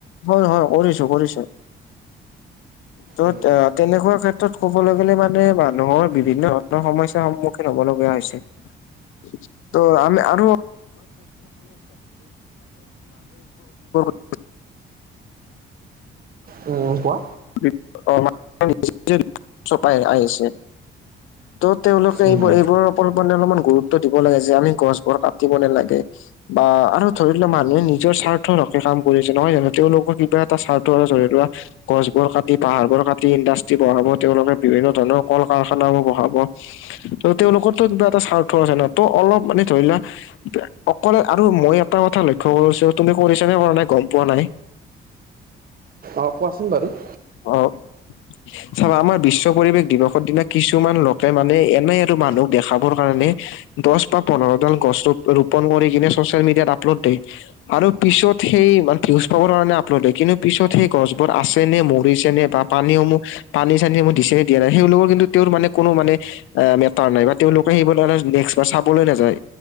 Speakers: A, on the left; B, on the right.
A: হয়, হয়, কৰিছোঁ, কৰিছোঁ। ত
B: উম,
A: 'আ তেনেকুৱা ক্ষেত্ৰত ক'বলে গ'লে মানে, মানুহৰ বিভিন্ন ধৰণৰ সমস্যা সমুহ ল'ব লগিয়া হৈছে। ত' আমি আৰু <unintelligible>
B: উম 'উম 'কোৱা।
A: ' <unintelligible> চপাই আহিছে। ত', তেওঁলোকে
B: উম,
A: এইবোৰ, এইবোৰ মানে অলপমান গুৰুত্ব দিব লাগে যে আমি গছবোৰ কাটিব নেলাগে। বা আৰু ধৰি লোৱা মানুহে নিজৰ স্বাৰ্থৰ ৰাখি কাম কৰি আছে, নহয় জানোঁ? তেওঁলোকৰ কিবা এটা স্বাৰ্থ আছে, ধৰি লোৱা গছবোৰ কাটি, পাহাৰ বোৰ কাটি, ইণ্ডাষ্ট্ৰী বহাব। তেওঁলোকে বিভিন্ন ধৰণৰ কল-কাৰখানাও বহাব। ত', তেওঁলোকৰতো কিবা এটা স্বাৰ্থ আছে ন। ত', অলপ মানে ধৰি লোৱা <unintelligible> অকলে আৰু মই এটা কথা লক্ষ্য কৰিছোঁ, তুমি কৰিছানে কৰা নাই গম পোৱা নাই।
B: অ', কোৱাচোন বাৰু।
A: অ', চাবা মই বিশ্ব পৰিবেশ দিৱসৰ দিনা কিছুমান লক কে মানে এনে আৰু মানুহক দেখাবৰ কাৰণে দচ বা পোন্ধৰডাল গছ ৰুপ, ৰোপন কৰি কিনে ছচিয়েল মিডিয়াত আপলড দে। আৰু পিছত সেই মান, ভিউজ পাবৰ কাৰণে আপলড দে, কিন্তু পিছত সেই গছবোৰ আছে নে মৰ যেনে বা পানী সমুহ, পানী চানী <unintelligible> দিছে নে দিয়া নাই, সেইলোকৰ কিন্তু তেওঁৰ মানে কোনো মানে আ তাৰ নাই বা তেওঁলোকে <unintelligible> নেক্স বা চাবলৈ নেযায়,